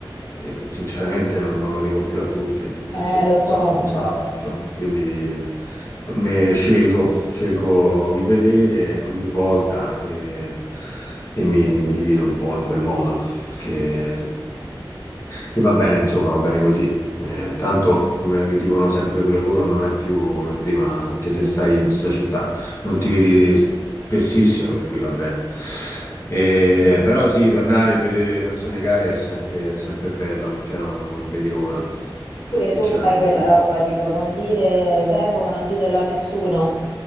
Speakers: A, on the left; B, on the left.
A: e sinceramente non, non lo dico più a tutti
B: Eh,
A: perché
B: lo so.
A: so che non ce la faccio, quindi f- me- scelgo, scelgo chi vedere ogni volta e, e mi, mi divido un po' in quel modo che, che va bene, insomma, va bene così. Eh, tanto, come mi dicono sempre pure loro, non è più come prima, anche
B: Mm.
A: se stai in questa città non ti vedi spessissimo, per cui va bene. Eh, però sì, tornare e vedere le persone care è sempre, sempre bello, cioè non, non vedi l'ora,
B: Pure
A: sinceramente.
B: tu fai quella roba tipo non dire vengo ma non ditelo a nessuno.